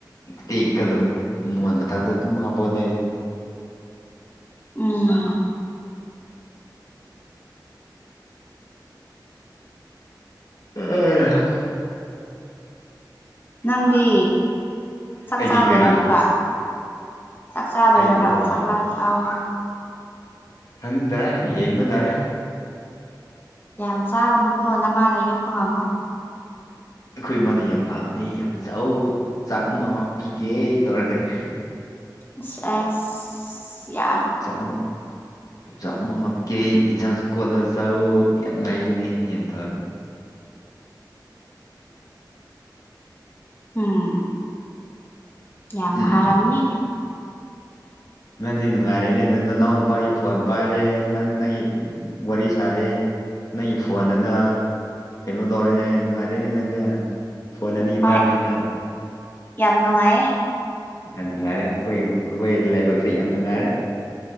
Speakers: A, on the left; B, on the left.
A: ꯇꯦꯛꯀꯥꯗꯧꯋꯦ ꯃꯣꯟ ꯃꯊꯥꯛꯇꯥ ꯑꯗꯨꯝ ꯍꯥꯞꯄꯒꯥ ꯂꯩ
B: ꯎꯝ
A: ꯑꯦ ꯍꯥ
B: ꯅꯪꯗꯤ ꯆꯥꯛ
A: ꯑꯩꯗꯤ
B: ꯆꯥꯗꯣꯏꯔꯥ
A: ꯀꯔꯤ
B: ꯑꯃꯨꯛꯀꯥ ꯆꯥꯛ ꯆꯥꯗꯣꯏꯔꯥꯕ
A: ꯑꯩꯕꯨꯔꯣ
B: ꯆꯥꯛꯂꯥꯛ ꯑꯥꯎ
A: ꯈꯪꯗꯥꯔꯦ ꯌꯦꯡꯕ ꯇꯥꯔꯦ
B: <inaudible> ꯌꯥꯝ ꯆꯥꯒꯅꯨꯀꯣ ꯅꯃꯥꯅ ꯌꯣꯛꯄ ꯉꯝꯃꯣꯏ
A: ꯑꯈꯣꯏ ꯏꯃꯥꯗꯤ ꯌꯥꯝ ꯐꯕꯅꯤ ꯌꯥꯝ ꯆꯥꯎ ꯆꯥꯛ ꯑꯃꯨꯛ ꯍꯥꯞꯄꯤꯒꯦ ꯇꯧꯔꯒꯥꯅꯤ
B: ꯏꯁ ꯑꯦꯁ ꯌꯥꯗꯦ
A: ꯆꯥꯃꯨꯛ ꯆꯥꯛ ꯑꯃꯨꯛ ꯍꯥꯞꯀꯦ ꯏꯟꯁꯥꯡꯁꯨ ꯀꯣꯠꯂꯒꯥ ꯆꯥꯎ ꯌꯥꯝ ꯉꯥꯏꯕꯅꯤ ꯌꯥꯝ ꯐꯕꯅꯤ
B: ꯎꯝ ꯌꯥꯝ
A: ꯎꯝ
B: ꯐꯥꯔꯝꯅꯤ
A: ꯅꯪꯗꯤ ꯅꯨꯡꯉꯥꯏꯔꯦꯅꯦ ꯅꯅꯥꯎ ꯅꯨꯄꯥꯒꯤ ꯐꯣꯟ ꯄꯥꯏꯔꯦ ꯅꯪ ꯅꯪꯒꯤ ꯋꯥꯔꯤ ꯁꯥꯔꯦ ꯅꯪꯒꯤ ꯐꯣꯟꯗꯅ ꯀꯩꯅꯣ ꯇꯧꯔꯦ ꯅꯨꯡꯉꯥꯏꯔꯦꯅꯦ ꯅꯪꯁꯦ ꯐꯣꯟ ꯑꯅꯤ
B: ꯍꯣꯏ
A: ꯄꯥꯏꯕꯅꯤꯅ
B: ꯌꯥꯝ ꯅꯨꯡꯉꯥꯏꯌꯦ
A: ꯌꯥꯝ ꯅꯨꯡꯉꯥꯏꯔꯦ ꯑꯩꯈꯣꯏꯒꯤ ꯑꯩꯈꯣꯏ ꯂꯥꯏꯕꯛꯁꯦ ꯌꯥꯝ ꯅꯨꯡꯉꯥꯏꯔꯦ